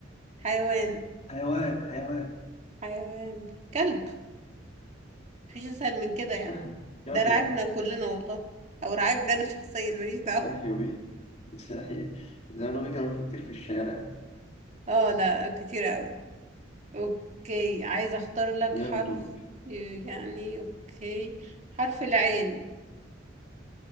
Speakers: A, on the right; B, on the left.
A: حيوان
B: حيوان حيوان
A: حيوان كلب مفيش اسهل من كده يعني
B: سهل
A: ده
B: يلا
A: رعبنا كلنا والله او رعبنا انا شخصيا ماليش دعوة
B: ايوه بيه <laughs> زي زي ما بيجري كتير في الشارع
A: اه لا كتير اوي اوكي عايزة اختار لك
B: يلا
A: حرف
B: دورك
A: يعني اوكي حرف العين